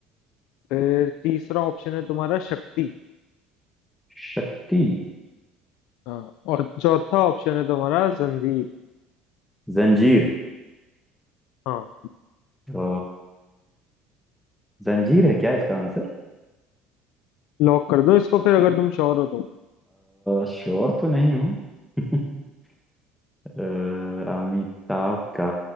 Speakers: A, on the left (about 70°); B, in the centre.
A: फिर तीसरा ऑप्शन है तुम्हारा शक्ति
B: शक्ति
A: हाँ और चौथा ऑप्शन है तुम्हारा जंजीर
B: जंजीर
A: हाँ
B: अ, जंजीर है क्या इसका आंसर
A: लॉक कर दो इसको फिर अगर तुम श्योर हो तो
B: श्योर तो नहीं हूँ <laughs> अ, अमिताभ का